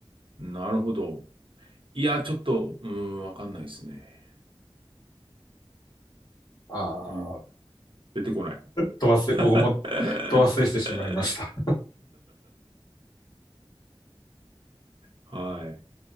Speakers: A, on the right; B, on the left.
A: なるほど。いや、ちょっと、うーん、わかんないですね。
B: あ
A: うん。
B: ー、
A: 出てこない。
B: ど忘れ、
A: <laughs>
B: 僕もど忘れしてしまいました。
A: はい。